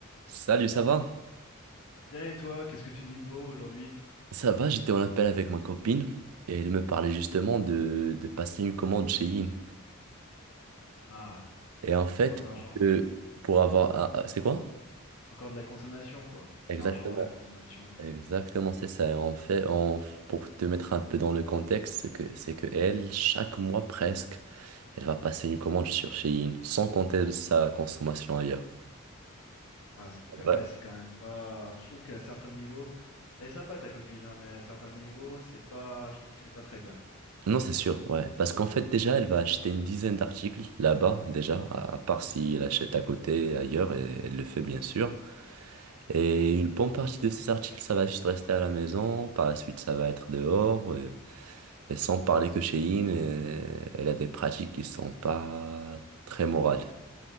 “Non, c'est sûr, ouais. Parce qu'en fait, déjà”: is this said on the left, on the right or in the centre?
Right